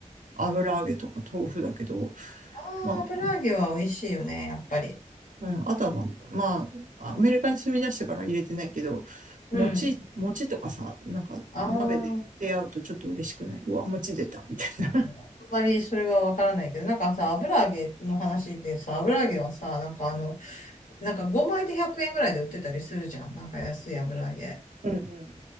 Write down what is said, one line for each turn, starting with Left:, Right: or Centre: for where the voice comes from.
Right: あ油揚げとか豆腐だけど、
Left: ああ、
Right: まあ
Left: 油揚げは美味しいよね、やっぱり。
Right: うん、あとはまあ、まあ、アメリカに住み出してからは入れてないけど、餅、
Left: うん。
Right: 餅とかさ、なんか鍋で出会うとちょっと嬉しくないうわ、
Left: ああ、
Right: 餅出た、
Left: そうだね。
Right: みたいな。
Left: あんまりそれはわからないけど、なんかさ、油揚げの話でさ、油揚げはさ、なんかあの、なんか5枚で100円ぐらいで売ってたりするじゃん。なんか安い油揚げ。
Right: <laughs> うんうん。